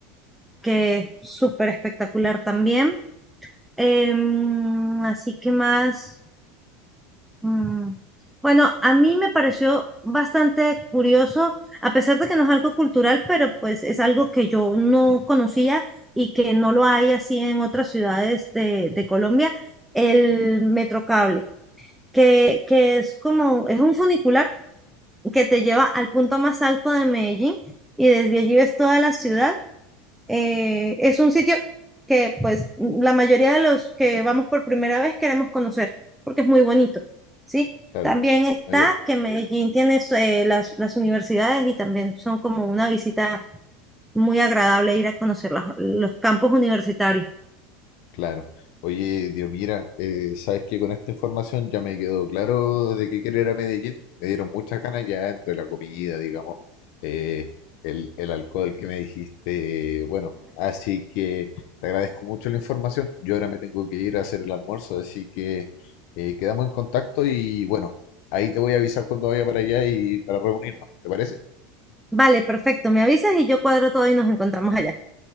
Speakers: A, in the centre; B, on the left (about 55°).
A: que es súper espectacular también. Em, así que más... mm, Bueno, a mí me pareció bastante curioso, a pesar de que no es algo cultural, pero pues es algo que yo no conocía y que no lo hay así en otras ciudades de, de Colombia, el Metrocable. que, que es como, es un funicular que te lleva al punto más alto de Medellín y desde allí ves toda la ciudad. Eh, es un sitio que pues la mayoría de los que vamos por primera vez queremos conocer porque es muy bonito, ¿sí?
B: claro.
A: También está
B: No, ya,
A: que Medellín tiene su- eh, las, las universidades y también son como una visita muy agradable ir a conocer las- los campos universitarios.
B: Claro. Oye, Dios, mira, eh, sabes que con esta información ya me quedó claro de qué querer a Medellín. Me dieron muchas ganas ya entre la comida, digamos, eh, el, el alcohol que me dijiste. Bueno, así que te agradezco mucho la información. Yo ahora me tengo que ir a hacer el almuerzo, así que eh, quedamos en contacto y bueno, ahí te voy a avisar cuando vaya para allá y para reunirnos, ¿te parece?
A: Vale, perfecto, me avisas y yo cuadro todo y nos encontramos allá.